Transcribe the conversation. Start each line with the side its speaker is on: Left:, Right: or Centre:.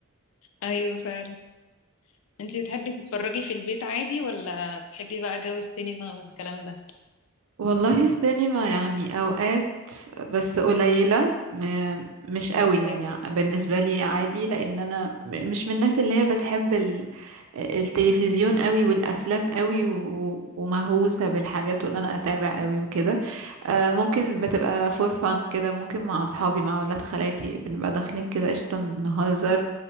Left: ايوه فعلا انتي بتحبي تتفرجي في البيت عادي ولا بتحبي بقى جو السينما والكلام ده
Right: والله السينما يعني اوقات بس قليلة م- مش قوي يعني
Left: ايوه
Right: بالنسبة لي عادي لان انا م- مش من الناس اللي هي بتحب ال- التلفزيون قوي والافلام قوي و- ومهووسة بالحاجات وان انا اتابع قوي وكده آه، ممكن بتبقى فور فان كده ممكن مع اصحابي مع اولاد خالاتي بنبقى داخلين كده قشطة نهزر